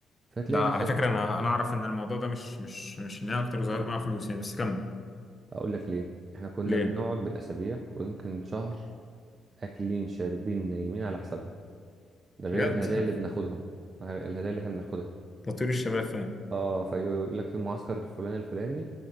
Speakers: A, on the right (about 35°); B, on the left (about 25°).
A: فهتلاقي
B: ده على
A: نفسك
B: فكرة أنا أنا أعرف إن الموضوع ده مش مش مش إن هي أكتر وظاهر معاها فلوس يعني بس كمل
A: اقول لك ليه احنا كنا
B: ليه؟
A: بنقعد بالاسابيع ويمكن شهر اكلين شاربين نايمين على حسابهم ده غير
B: بجد
A: الهدايا
B: <laughs>
A: اللي بناخدهم الهدايا اللي احنا بناخدها
B: تطوير الشباب فاهم
A: اه فيقول لك في معسكر الفلاني الفلاني